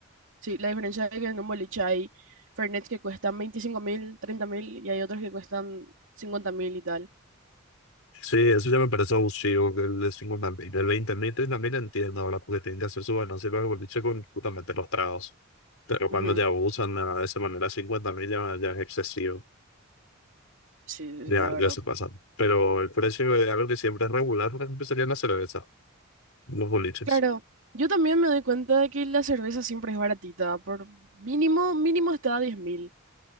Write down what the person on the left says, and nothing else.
Sí, eso ya me parece abusivo que le decimos también. El veinte mil también entiendo ahora porque tienen que hacer su balance para el boliche con justamente los tragos. Pero cuando
ya abusan ah, de esa manera, cincuenta mil ya, ya es excesivo.
Ya,
ya se pasan. Pero el precio de algo que siempre es regular, por ejemplo, sería la cerveza, los boliches.